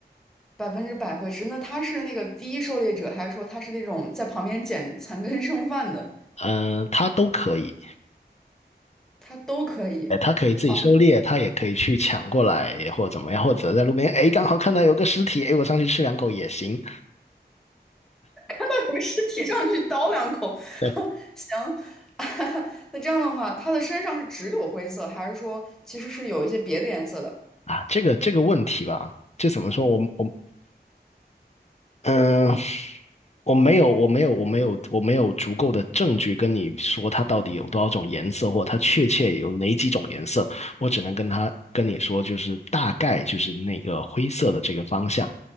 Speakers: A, in the centre; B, on the left.
A: 百分之百会吃。那它是那个第一狩猎者，还是说它是那种在旁边捡残羹剩饭的？
B: 嗯、他都可以，
A: 它都可以。
B: 哎，他可以自己狩猎，
A: 哦，
B: 他也可以去抢过来或者怎么样，或者在路边，哎，刚好看到有个尸体，哎，我上去吃两口也行。
A: 那那有个尸体上去叨两口，
B: 对
A: <laughs> 行。<laughs> 那这样的话，它的身上是只有灰色，还是说其实是有一些别的颜色的？
B: 啊，这个这个问题吧，就怎么说，我我嗯，我没有，我没有，我没有，我没有足够的证据跟你说它到底有多少种颜色，或者它确切有哪几种颜色。我只能跟他跟你说，就是大概就是那个灰色的这个方向，